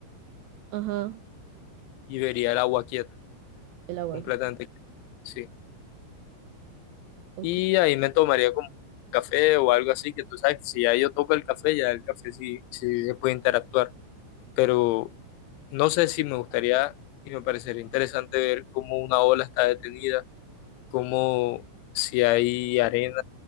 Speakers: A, on the right; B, on the left.
A: Ajá,
B: y vería el agua quieta,
A: el agua.
B: completamente quieta. Sí.
A: ok.
B: Y ahí me tomaría como un café o algo así, que tú sabes que si ya yo toco el café, ya el café sí, sí se puede interactuar. Pero no sé si me gustaría y me parecería interesante ver cómo una ola está detenida, cómo si hay arena